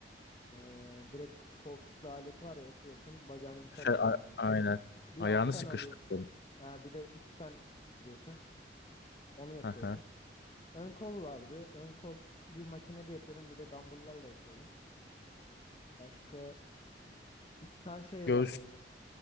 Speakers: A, on the left; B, on the left.
A: Ee, direkt koltuklu aleti var ya oturuyorsun. Bacağını bir taraf
B: Şey, a- aynen.
A: bir
B: Ayağını
A: alttan
B: sıkıştırdın.
A: alıyorsun. Ha, bir de üstten sıkıştırıyorsun. Onu yapıyordum.
B: Hı hı.
A: Ön kol vardı. Ön kol bir makinede yapıyordum. Bir de dumbbell'larla yapıyordum. Başka üstten şey
B: Göğüs
A: var böyle.